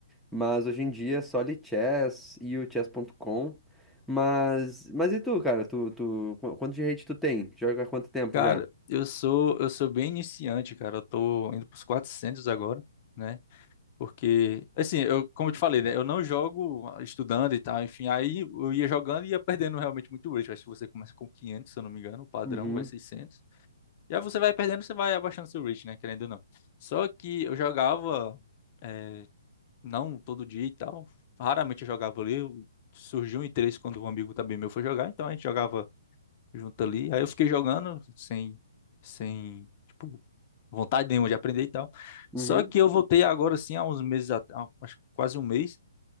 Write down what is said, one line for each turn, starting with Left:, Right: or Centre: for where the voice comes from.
Centre: Mas hoje em dia é só ali Chess e o Chess.com. Mas, mas e tu, cara? Tu, tu, qu- quanto de rate tu tem? Joga há quanto tempo
Left: Cara,
Centre: já?
Left: eu sou, eu sou bem iniciante, cara, eu tô indo pros 400 agora, né, Porque, assim, eu, como eu te falei, né? Eu não jogo estudando e tal, enfim. Aí eu ia jogando e ia perdendo realmente muito rate. Acho que você começa com 500 se eu não me engano, o padrão
Centre: Uhum,
Left: vai seiscentos E aí você vai perdendo, você vai abaixando seu rate, né? Querendo ou não. Só que eu jogava, eh, não todo dia e tal. Raramente eu jogava ali. eu- Surgiu um interesse quando um amigo também meu foi jogar, então a gente jogava junto ali. Aí eu fiquei jogando sem, sem. tipo, vontade nenhuma de aprender e tal.
Centre: uhum.
Left: Só que eu voltei agora, assim, há uns meses, at- há- acho que quase um mês,